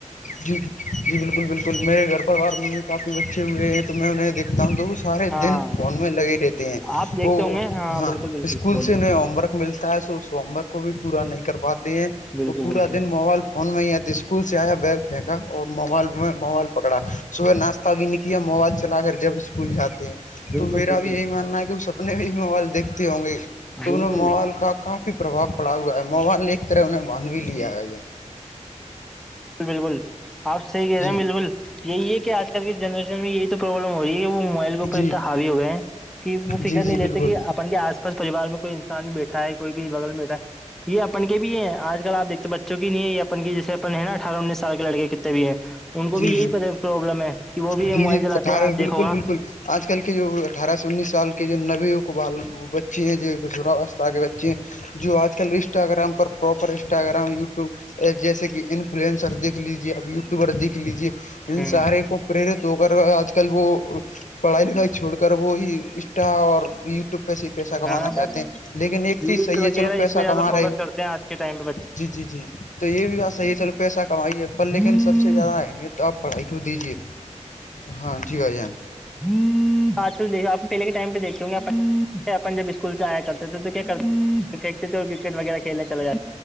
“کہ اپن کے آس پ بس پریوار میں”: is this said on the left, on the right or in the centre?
Centre